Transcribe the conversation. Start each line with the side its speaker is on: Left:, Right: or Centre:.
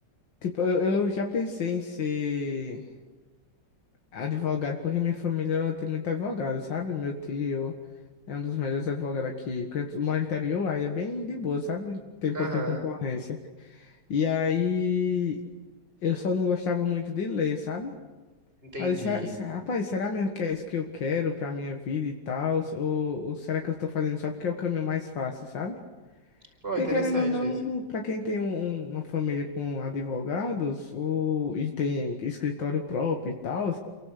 Left: Tipo, eu, eu já pensei em ser advogado, porque minha família ela tem muito advogado, sabe? Meu tio é um dos melhores advogados aqui. Quando eu moro no interior, aí é bem de boa, sabe? Tem
Right: Aham,
Left: pouca concorrência. E aí, eu só não gostava muito de ler, sabe?
Right: entendi.
Left: Aí eu disse, "Ah, se- rapaz, será mesmo que é isso que eu quero pra minha vida e tal? Ou, ou será que eu tô fazendo só porque é o caminho mais fácil, sabe?
Right: Pô,
Left: Porque
Right: interessante
Left: querendo ou não,
Right: isso.
Left: para quem tem um- um- uma família com advogados o, e tem escritório próprio e tal,